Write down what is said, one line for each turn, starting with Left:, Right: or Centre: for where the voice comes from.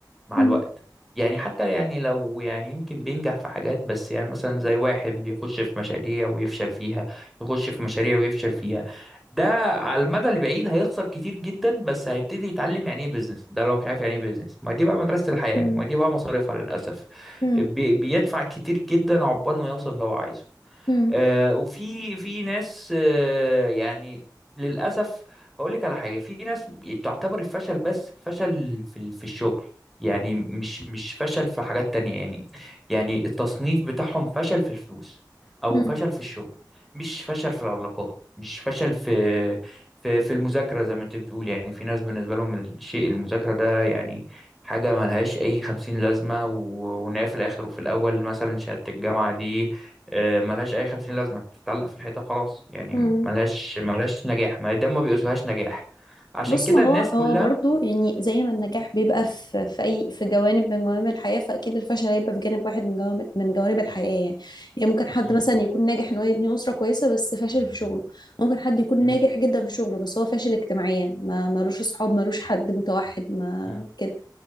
Centre: مع
Left: مم.
Centre: الوقت يعني حتى يعني لو يعني يمكن بينجح في حاجات بس يعني مثلا زي واحد بيخش في مشاريع ويفشل فيها يخش في مشاريع ويفشل فيها ده على المدى البعيد هيخسر كتير جدا بس هيبتدي يتعلم يعني ايه بيزنس ده لو مش عارف يعني ايه بيزنس ما دي بقى مدرسة الحياة
Left: مم.
Centre: ما دي بقى مصاريفها للأسف
Left: مم.
Centre: بي بيدفع كتير جدا عقبال ما يوصل اللي هو عايزه
Left: مم.
Centre: آه، وفي في ناس آه، يعني للأسف هقول لك على حاجة في ناس بتعتبر الفشل بس فشل في ال- في الشغل يعني مش مش فشل في حاجات تانية يعني يعني التصنيف بتاعهم فشل في الفلوس أو
Left: مم.
Centre: فشل في الشغل مش فشل في العلاقات مش فشل في في في المذاكرة زي ما أنت بتقول يعني في ناس بالنسبة لهم الشيء المذاكرة ده يعني حاجة ملهاش أي خمسين لازمة و- وإن هي في الآخر وفي الأول مثلا شهادة الجامعة دي آه، ملهاش اي 50 لازمه تتعلق في الحيطه وخلاص يعني
Left: مم.
Centre: ملهاش ملهاش نجاح ما ده ما بيقاسوهاش نجاح عشان
Left: بص
Centre: كده
Left: ما هو
Centre: الناس كلها
Left: هو برضو يعني زي ما النجاح بيبقى في في اي في جوانب من جوانب الحياه فاكيد الفشل هيبقى في جانب واحد من جوانب من جوانب الحياه يعني يعني ممكن حد
Centre: مم،
Left: مثلا يكون ناجح ان هو يبني اسره كويسه بس فاشل في شغله ممكن حد يكون
Centre: مم،
Left: ناجح جدا في شغله بس هو فاشل اجتماعيا ما ملوش اصحاب ملوش حد متوحد ما
Centre: مم،
Left: كده